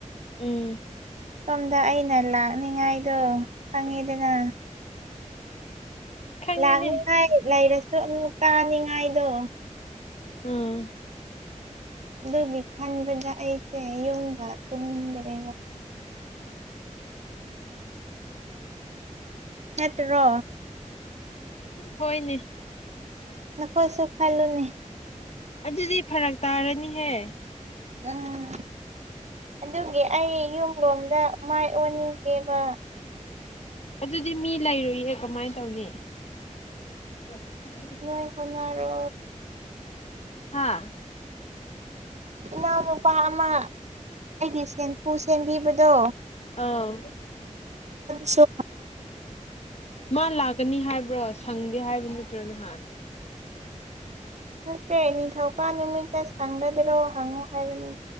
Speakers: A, on the left; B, on the right.
A: ꯎꯝ
B: ꯁꯣꯝꯗ ꯑꯩꯅ ꯂꯥꯛꯅꯤꯉꯥꯏꯗꯣ ꯈꯪꯉꯤꯗꯅ
A: ꯈꯪꯉꯦꯅꯦ
B: ꯂꯥꯛꯅꯤꯉꯥꯏ ꯂꯩꯔꯁꯨ ꯑꯃꯨꯛ ꯇꯥꯅꯤꯡꯉꯥꯏꯗꯣ
A: ꯎꯝ
B: ꯑꯗꯨꯒꯤ ꯈꯟꯕꯗ ꯑꯩꯁꯦ ꯌꯨꯝꯕ ꯇꯨꯝꯅꯤꯡꯗ꯭ꯔꯦꯕ ꯅꯠꯇ꯭ꯔꯣ
A: ꯍꯣꯏꯅꯦ
B: ꯅꯈꯣꯏꯁꯨ ꯈꯜꯂꯨꯅꯦ
A: ꯑꯗꯨꯗꯤ ꯐꯔꯛ ꯇꯥꯔꯅꯤꯍꯦ
B: ꯎꯝ ꯑꯗꯨꯒꯤ ꯑꯩ ꯌꯨꯝ ꯂꯣꯝꯗ ꯃꯥꯏ ꯑꯣꯟꯅꯤꯡꯒꯦꯕ
A: ꯑꯗꯨꯗꯤ ꯃꯤ ꯂꯩꯔꯨꯏꯌꯦ ꯀꯃꯥꯏꯅ ꯇꯧꯅꯤ <inaudible>
B: ꯅꯣꯏ ꯍꯣꯠꯅꯔꯣ
A: ꯍꯥꯥ
B: ꯏꯅꯥꯎꯅꯨꯄꯥ ꯑꯃ ꯑꯩꯒꯤ ꯁꯦꯝꯐꯨ ꯁꯦꯝꯕꯤꯕꯗꯣ
A: ꯑꯥ
B: ꯑꯗꯨꯁꯨ
A: ꯃꯥ ꯂꯥꯛꯀꯅꯤ ꯍꯥꯏꯕ꯭ꯔꯣ ꯁꯪꯗꯦ ꯍꯥꯏꯕ ꯅꯠꯇ꯭ꯔꯣ ꯅꯍꯥꯟ
B: ꯅꯠꯇꯦ ꯅꯤꯡꯊꯧꯀꯥ ꯅꯨꯃꯤꯠꯇ ꯁꯪꯒꯗ꯭ꯔꯣ ꯍꯪꯉꯣ ꯍꯥꯏꯕꯅꯤ